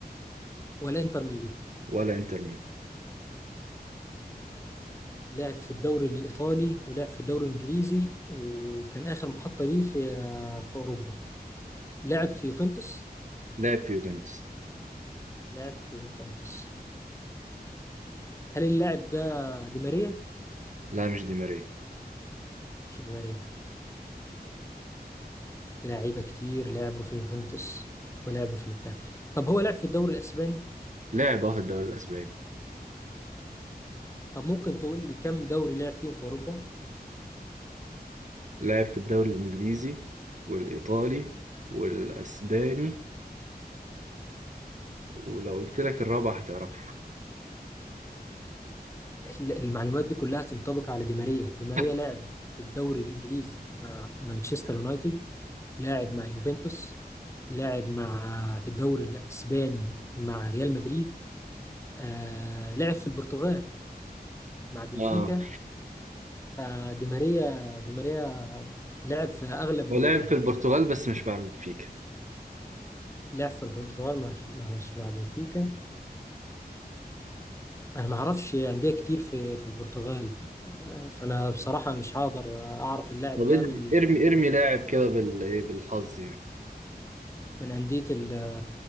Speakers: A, on the left (about 15°); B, on the right (about 50°).
A: ولا انتر ميلان
B: ولا انتر ميلان
A: لعب في الدوري الإيطالي ولعب في الدوري الإنجليزي وكان آخر محطة ليه في في أوروبا لعب في يوفنتوس
B: لعب في يوفنتوس
A: لعب في يوفنتوس هل اللاعب ده دي ماريا؟
B: لا مش دي ماريا
A: مش دي ماريا في لعيبة كتير لعبوا في يوفنتوس ولعبوا في البتاع طب هو لعب في الدوري الإسباني
B: لعب اه في الدوري الاسباني
A: طب ممكن تقول لي كم دوري لعب فيهم في أوروبا؟
B: لعب في الدوري الانجليزي والايطالي والاسباني ولو قلت لك الرابع هتعرفه
A: ال- المعلومات دي كلها تنطبق على دي ماريا دي ماريا
B: <laughs>
A: لعب في الدوري الإنجليزي مع مانشستر يونايتد لاعب مع يوفنتوس لاعب مع في الدوري الاسباني مع ريال مدريد آه لعب في البرتغال مع بنفيكا
B: اه
A: آه دي ماريا دي ماريا لعب في اغلب
B: هو
A: ال...
B: لاعب في البرتغال بس مش بعمل فيك
A: لعب في البرتغال مع مع, مع بنفيكا انا ما اعرفش انديه كتير في في البرتغال آه فانا بصراحه مش هقدر اعرف اللاعب
B: طب
A: ده
B: ادي-
A: من
B: ارمي ارمي لاعب كده بال ايه بالحظ يعني
A: من انديه ال...